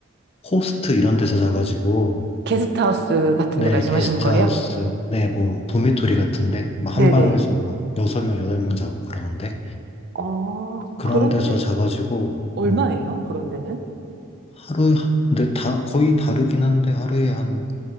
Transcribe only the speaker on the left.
호스트 이런 데서 자가지고,
네,
게스트하우스,
네, 뭐, 도미토리 같은데, 막
한 방에서 막 여섯 명 여덟 명 자고 그러는데,
그런
데서 자가지고,
네,
하루에, 하- 근데 다, 거의 다르긴 한데 하루에 한